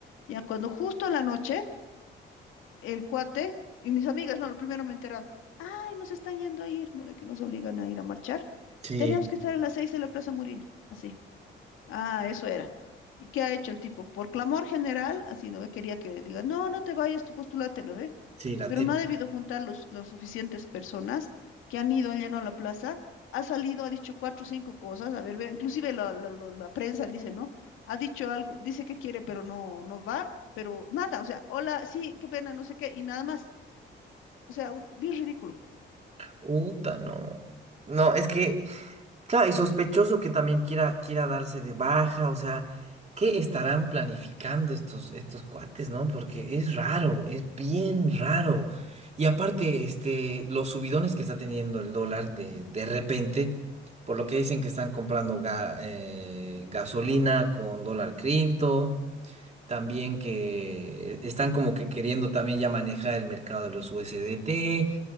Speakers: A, on the left; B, on the right.
A: Ya cuando justo a la noche, el cuate y mis amigas, no, lo primero me he enterado, ay, nos están yendo a ir, no ve que nos obligan a ir a marchar.
B: sí,
A: Tenemos que estar a las seis en la Plaza Murillo, así. Ah, eso era. ¿Y qué ha hecho el tipo? Por clamor general, así, ¿no ve? Quería que le diga, no, no te vayas, tú postulate, ¿no ve?
B: sí, la
A: pero
B: tira.
A: no ha debido juntar los, los suficientes personas que han ido, han llenado la plaza, ha salido, ha dicho cuatro o cinco cosas, a ver, ve- inclusive la, la- la- la prensa dice, ¿no? Ha dicho algo, dice que quiere, pero no, no va, pero nada, o sea, hola, sí, qué pena, no sé qué, y nada más, o sea, un- bien ridículo.
B: Uta, no. No, es que. Claro, y sospechoso que también quiera, quiera darse de baja, o sea, ¿qué estarán planificando estos, estos cuates, no? Porque es raro, es bien raro. Y aparte, este, los subidones que está teniendo el dólar de, de repente, por lo que dicen que están comprando ga- eh, gasolina con dólar cripto, también que están como que queriendo también ya manejar el mercado de los USDT.